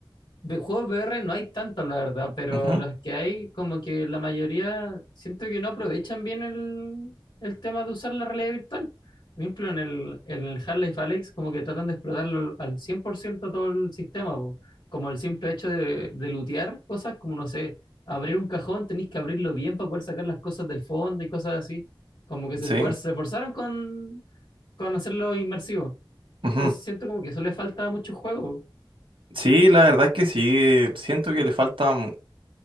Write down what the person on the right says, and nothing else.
Ujú,
Sí,
ujú.
Sí, la verdad es que sí, siento que le falta un-